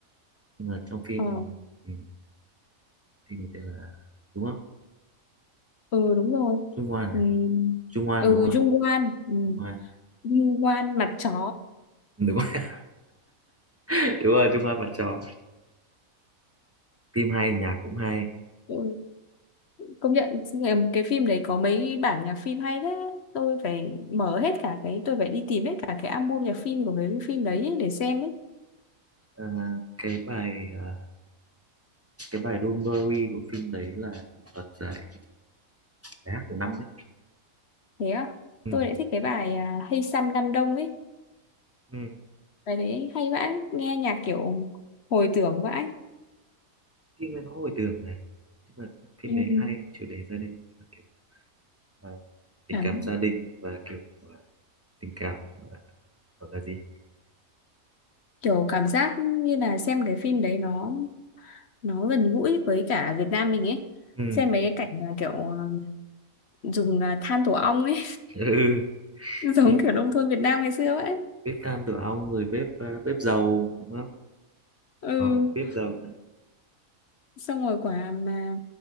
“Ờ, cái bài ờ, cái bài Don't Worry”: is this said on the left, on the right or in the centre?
Right